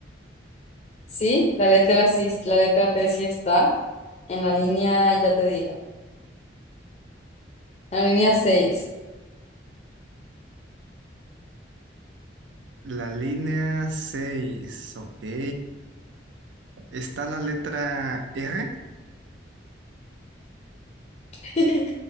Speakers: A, on the left (about 35°); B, on the right (about 85°).
A: Sí, la letra sí, la letra T sí está en la línea, ya te digo. En la línea 6.
B: la línea 6, Ok. Está la letra R.
A: <laughs>